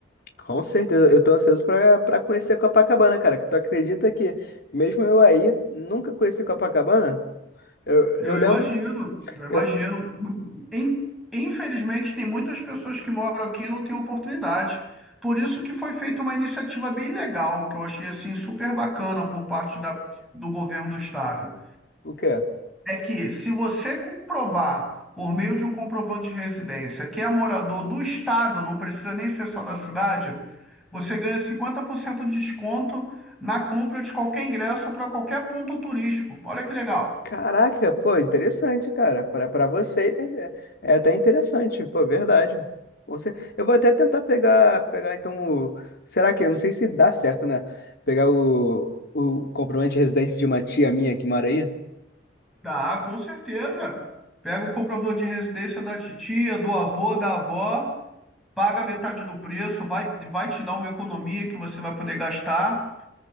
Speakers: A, on the left (about 55°); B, in the centre.
A: Com certeza, eu tô ansioso pra, pra conhecer Copacabana, cara. Que tu acredita que, mesmo eu aí, nunca conheci Copacabana? Eu,
B: Eu
A: eu
B: imagino,
A: lembro.
B: eu imagino.
A: Eu-
B: In- Infelizmente, tem muitas pessoas que moram aqui e não têm oportunidade. Por isso que foi feita uma iniciativa bem legal, que eu achei assim super bacana por parte da, do governo do estado.
A: o quê?
B: É que se você comprovar, por meio de um comprovante de residência, que é morador do estado, não precisa nem ser só da cidade, você ganha 50% de desconto na compra de qualquer ingresso para qualquer ponto turístico. Olha que legal.
A: Caraca, pô, interessante, cara. Pra, pra vocês é, é até interessante, pô, verdade. Você, eu vou até tentar pegar, pegar então. o- Será que? Eu não sei se dá certo, né? Pegar o, o comprovante de residência de uma tia minha que mora aí.
B: Dá, com certeza. Pega o comprovante de residência da titia, do avô, da avó, paga metade do preço, vai, vai te dar uma economia que você vai poder gastar